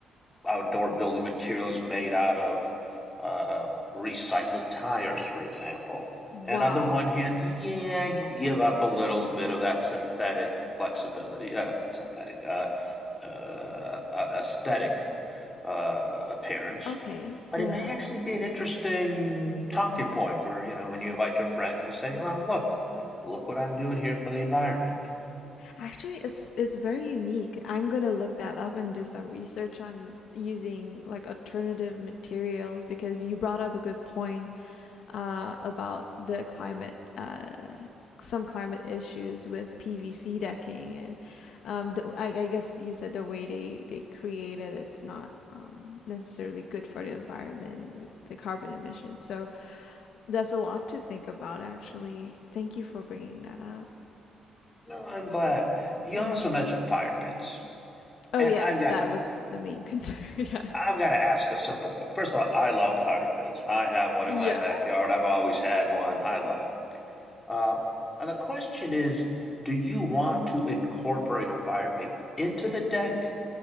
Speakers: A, on the left; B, on the left.
A: outdoor building materials made out of uh, recycled tires, for example.
B: Wow.
A: And on the one hand, yeah, you give up a little bit of that synthetic flexibility, uh, synthetic uh, uh, uh, aesthetic uh, appearance.
B: Okay,
A: But
B: yeah.
A: it may actually be an interesting talking point for you know when you invite your friends, you say, "Well, look, look what I'm doing here for the environment."
B: Actually, it's it's very unique. I'm gonna look that up and do some research on using like alternative materials because you brought up a good point uh, about the climate uh, some climate issues with PVC decking and um, the, I, I guess you said the way they they create it, it's not um, necessarily good for the environment with the carbon emissions. So That's a lot to think about, actually. Thank you for bringing that up.
A: No, I'm glad. You
B: Yeah.
A: also mentioned fire pits,
B: Oh,
A: and
B: yes,
A: I've got
B: that was the main concern. <laughs> Yeah.
A: I've got to ask a simple question. First of all, I love fire pits. I have one
B: Yeah.
A: in my backyard. I've always had one. I love it. Uh, and the question is, do you want to incorporate a fire pit into the deck,